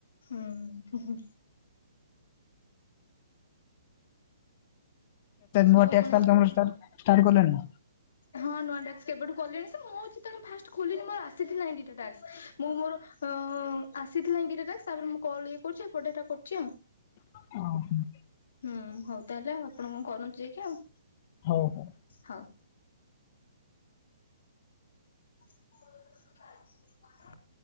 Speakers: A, on the left; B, on the left.
A: ହୁଁ।
B: ମୋ
A: ହଉ
B: ଟ୍ୟାକ୍ସ
A: ଆପଣ
B: ଷ୍ଟାର୍ଟ କଲେଣି।
A: ହଁ ନୂଆ ଟାସ୍କ କେବେଠୁ କଲିଣି ସେ ମୁଁ ହୋଉଛି ଫାଷ୍ଟ ଖୋଲିନି ମୋର ଆସିଥିଲା ଏଇ ଦିଟା ଟାସ୍କ। ମୁଁ ମୋର ଅ ଆସିଥିଲା ଦିଟା ଟାସ୍କ ତାପରେ ମୁଁ କଲ୍ ଇଏ କରୁଛି ଏପଟେ ଏଇଟା କରୁଛି ଆଉ।
B: <inaudible>
A: ହୁଁ ହଉ ତାହେଲେ ଆଉ ଆପଣ କଣ କରୁନ୍ତୁ ଯାଇକି ଆଉ।
B: ହଉ ହଉ।
A: ହଉ। <unintelligible>